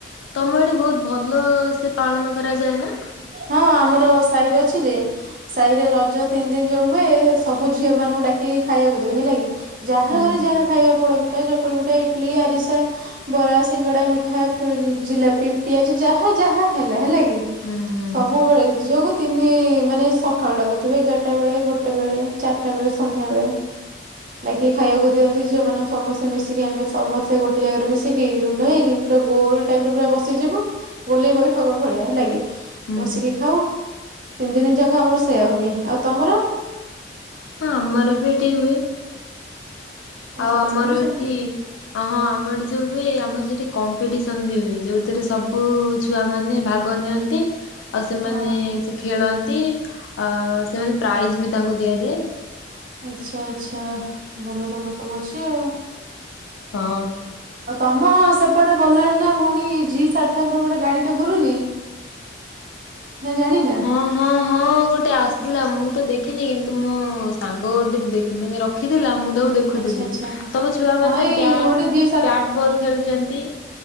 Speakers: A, on the left (about 85°); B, on the right (about 45°).
A: ତମ ଏଠି ବହୁତ ଭଲ ସେ ପାଳନ କରାଯାଏ ନା?
B: ହଁ ଆମର ସାହିରେ ଅଛି ଯେ। ସାହିରେ ରଜ ତିନଦିନ ଯୋଉ ହୁଏ ସବୁ ଝିଅ ମାନଙ୍କୁ ଡାକିକି ଖାଇବାକୁ ଦେବେ ହେଲା କି। ଯାହା
A: ହୁଁ
B: ଘରେ ଯାହା ଖାଇବା ପୋଡପିଠା ଚକୁଳି ପିଠା ଇଟଲି ଆରିସା। ବରା ସିଙ୍ଗଡା ମିଠା ପି ଜିଲାପି ପିଆଜି ଯାହା ଯାହା ହେଲା ହେଲା କି
A: ହୁଁ ହୁଁ
B: ସବୁବେଳେ ଝିଅକୁ ତିନି ମାନେ ସଖାଳୁ ଡାକୁଥିବେ ଏଗାରଟା ବେଳେ ଗୋଟେ ବେଳେ ଚାରିଟା ବେଳେ ସନ୍ଧ୍ୟା ବେଳେ। ଡାକିକି ଖାଇବାକୁ ଦିଅନ୍ତି ଝିଅ ମାନଙ୍କୁ ସମସ୍ତେ ମିଶିକି ଆମେ ସମସ୍ତେ ଗୋଟେ ଜାଗାରେ ମିଶିକି ରୁଣ୍ଡ ହେଇକି। ପୁରା ଗୋଲ ଟାଇପରେ ପୁରା ବସିଯିବୁ ଗୋଲେଇ ବୈଠକ ଭଳିଆ ହେଲା କି।
A: ହୁଁ
B: ବସିକି ଖାଉ ତିନଦିନ ଯାକ ଆମର ସେୟା ହୁଏ। ଆଉ ତମର?
A: ହଁ ଆମର ବି ଏଠି ହୁଏ।
B: ଆଚ୍ଛା
A: ଆଉ ଆମର
B: ତମର ବି ସେମିତି
A: ଏଠି ଅ ହଁ ଆମର ଯୋଉ ହୁଏ ଆମର ସେଠି କମ୍ପିଟିସନ ବି ହୁଏ ଯୋଉଥିରେ ସବୁ ଛୁ ଛୁଆ ମାନେ ଭାଗ ନିଅନ୍ତି। ଆଉ ସେମାନେ
B: ହଁ
A: ସେ ଖେଳନ୍ତି ଅ ସେମାନେ ପ୍ରାଇଜ ବି ତାଙ୍କୁ ଦିଆଯାଏ।
B: ଆଚ୍ଛା ଆଛା ଭଲ ତମର ସବୁ ଅଛି ଆଉ।
A: ହଁ।
B: ଆଉ ତମ ସେପଟେ ଗଲାଣି ନା ଭଉଣୀ ଜି ସାର୍ଥକ ର ଗୋଟେ ଗାଡିଟେ ଘୁରୁନି। ନା ଜାଣିନା।
A: ହଁ ହଁ ହଁ ଗୋଟେ ଆସିଥିଲା ମୁଁ ତ ଦେଖିନି କିନ୍ତୁ ମୋ ସାଙ୍ଗ ଗୋଟେ ମାନେ ରଖିଥିଲା ମୁଁ ତାକୁ ଦେଖୁଥିଲି
B: ଆଚ୍ଛା ଆଚ୍ଛା
A: ସବୁ ଛୁଆ
B: ହଁ
A: ମାନେ
B: ଏଇ
A: ବ୍ୟା
B: ଗୋଟେ ଜି
A: ବ୍ୟାଟ ବଲ ଖେଳୁଛନ୍ତି।